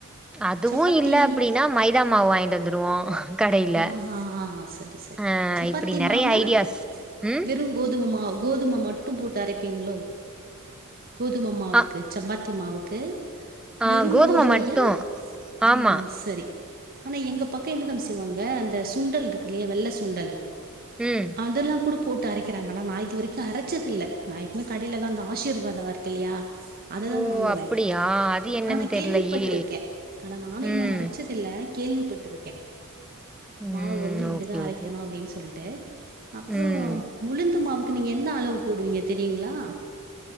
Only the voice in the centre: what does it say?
அதுவு
இல்ல அப்டின்னா மைதாமாவு வாங்கிட்டு வந்துருவோ கடையில
ஆ
இப்டி நெறைய
ஐடியாஸ் ம்
அ
ஆ
கோதும
மட்டு
ஆமா
ம்
ஓ
அப்டியா அது என்னன்னு
தெர்லயே
ம்
ம்
ஓகே
ஓகே
ம்